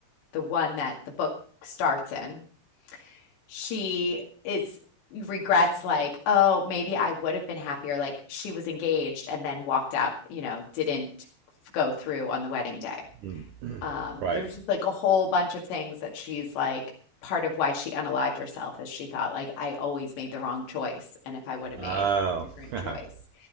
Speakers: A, on the left; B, on the right.
A: the one that the book starts in, she is regrets like, oh, maybe I would have been happier. Like she was engaged and then walked out, you know, didn't go through on the wedding day.
B: Mm. <clears throat>
A: Um,
B: right.
A: there was just like a whole bunch of things that she's like, part of why she unalived herself is she thought, like, I always made the wrong choice. And if I would have
B: Oh.
A: made a different
B: <laughs>
A: choice.